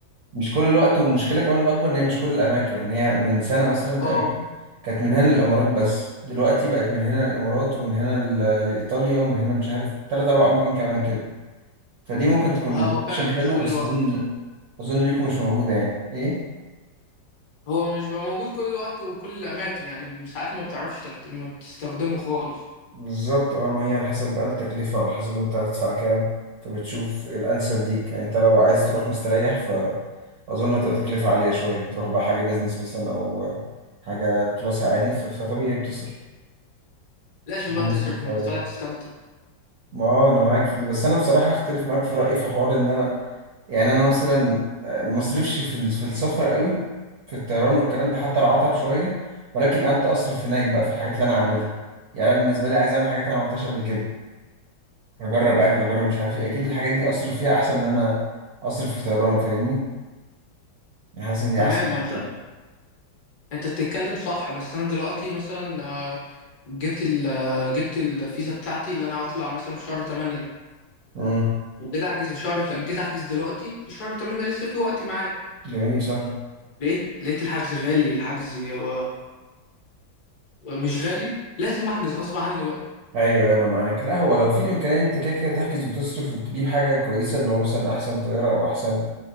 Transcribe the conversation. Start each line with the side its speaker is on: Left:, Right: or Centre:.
Right: مش كل الوقت والمشكلة كمان الأكبر إن هي مش كل الأماكن يعني هي من سنة مثلا تقريبا
Left: أه
Right: كانت من هنا للإمارات بس دلوقتي بقت من هنا للإمارات ومن هنا ل- لإيطاليا ومن هنا مش عارف تلات أربع أماكن كمان كده فدي ممكن تكون
Left: هو
Right: أوبشن
Left: فعلا
Right: حلو
Left: مش كل
Right: بس
Left: الوقت
Right: أظن أظن ليكم مش موجودة يعني إيه؟
Left: هو مش بقى موجود كل الوقت وكل الأماكن يعني ساعات ما بتعرفش تحت... ما بتستخدمه خالص
Right: بالظبط اه ما هي على حسب بقى التكلفة وعلى حسب انت هتدفع كام فبتشوف الأنسب ليك يعني انت لو عايز تروح مستريح فأظن تبقى تكلفة عالية شوية تروح بقى حاجة بيزنس مثلا أو حاجة كلاس عالي ف- فطبيعي بتصرف
Left: لازم
Right: شبه
Left: بقى
Right: مصر
Left: تصرف
Right: الطيران
Left: ما أنت طالع تستمتع
Right: ما هو انا معاك في دي بس انا بصراحه اختلف معاك في الراي في حوار ان انا يعني انا مثلا آه، ما اصرفش في ال- في السفر قوي في الطيران والكلام ده حتى لو هتعب شويه ولكن ابدا اصرف هناك بقى في الحاجات اللي انا عاملها يعني انا بالنسبه لي عايز اعمل حاجات انا ما عملتهاش قبل كده اجرب اكل اجرب مش عارف ايه اكيد الحاجات دي اصرف فيها احسن من ان انا اصرف في طيران فاهمني يعني حاسس ان دي
Left: تمام
Right: احسن
Left: ما
Right: بصراحه
Left: أنت أنت بتتكلم صح بس أنا دلوقتي مثلا آه، جبت ال... آه، جبت الفيزا بتاعتي اللي أنا هطلع مثلا في شهر 8
Right: امم
Left: وجيت احجز في شهر جيت احجز دلوقتي شهر 8 لسه في وقت معايا
Right: جميل صح
Left: لقيت لقيت الحجز غالي الحجز و... مش غالي لازم احجز غصب عني بقى
Right: ايوه أيوة، انا معاك لا هو لو في الامكانيه انت كده كده تحجز وتصرف وتجيب حاجه كويسه اللي هو مثلا احسن طياره او احسن